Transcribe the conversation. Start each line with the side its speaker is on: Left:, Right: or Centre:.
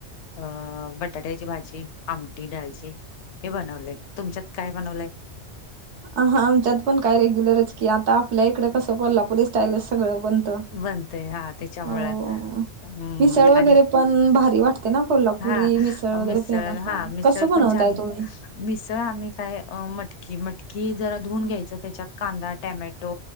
Left: अं बटाट्याची भाजी, आमटी डाळची. हे बनवलंय. तुमच्यात काय बनवलंय?
Right: अं हां आमच्यात पण काय रेग्युलरच की, आता आपल्या इकडं कसं कोल्हापुरी स्टाईलस सगळ बनतं.
Left: बनतय हा त्याच्यामुळं
Right: हो,
Left: हम्म
Right: मिसळ वगैरे
Left: आणि
Right: पण भारी वाट ते ना कोल्हापुरी
Left: हा
Right: मिसळ वगैरे फेमस
Left: हा
Right: आय.
Left: मिसळ
Right: कसं बनवताय
Left: पण छान
Right: तुम्ही?
Left: मिसळ आम्ही काय अ मटकी-मटकी जरा धुऊून घ्यायचं त्याच्यात कांदा टोमॅटो